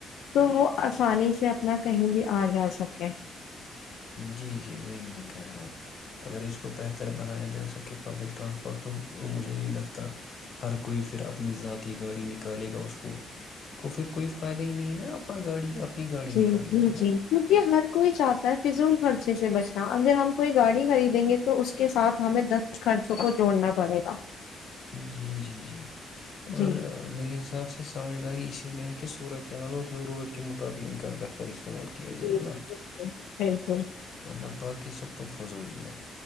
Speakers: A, on the left; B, on the left.
A: تو وہ آسانی سے اپنا کہیں بھی آ جا سکے
B: جی جی وہی میں کہہ رہا ہوں اگر اس کو بہتر بنایا جا سکے پبلک ٹرانسپورٹ تو مجھے نہیں لگتا ہر کوئی پھر اپنی ذاتی گاڑی نکالے گا اس کو اس کو پھر کوئی فائدہ ہی نہیں نا اپنا گاڑی اپنی گاڑی
A: جی
B: نکالنے
A: جی
B: کا
A: جی
B: مت
A: کیونکہ ہر کوئی چاہتا ہے فضول خرچے سے بچنا اگر ہم کوئی گاڑی خریدیں گے تو اس کے ساتھ ہمیں دس خرچوں کو جوڑنا پڑے گا
B: جی جی جی اور
A: جی
B: میرے حساب سے سمجھداری اسی کہ م میں ہیک صورت عل اور ضرورت کے مطابق انک کا بہتر اس استعمال کیا
A: جی
B: جائے
A: جی
B: نا
A: بالکل بالکل
B: ورنہ بااکی سب تو فضولیا